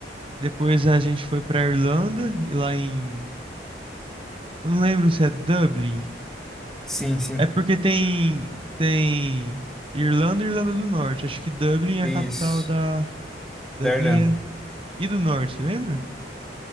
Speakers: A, on the right (about 30°); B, in the centre.
A: depois a gente foi pra Irlanda e lá em, eu não lembro se é Dublin.
B: Sim, sim.
A: É porque tem tem Irlanda e Irlanda do Norte. Acho que Dublin é
B: Isso.
A: a capital da Dublin
B: Da Irlanda.
A: é E do norte, lembra?